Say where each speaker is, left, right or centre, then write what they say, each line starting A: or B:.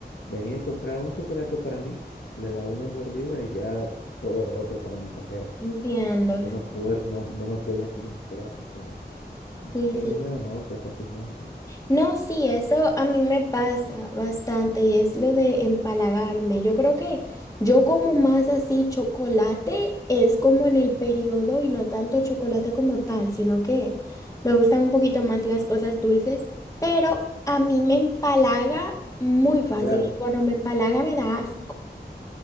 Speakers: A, on the left; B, on the left.
A: venía y compraba un chocolate para mí, le daba una mordida y ya todo lo otro para mi cajera.
B: Entiendo.
A: Yo no pude, no, no me podía comer chocolate, pa-
B: Sí,
A: que a mí
B: sí.
A: me da náusea fácilmente.
B: No, sí, eso a mí me pasa bastante y es lo de empalagarme. Yo creo que yo como más así chocolate es como en el periodo y no tanto chocolate como tal, sino que me gustan un poquito más las cosas dulces, pero a mí me empalaga muy fácil
A: Helado,
B: y cuando me empalaga me da asco.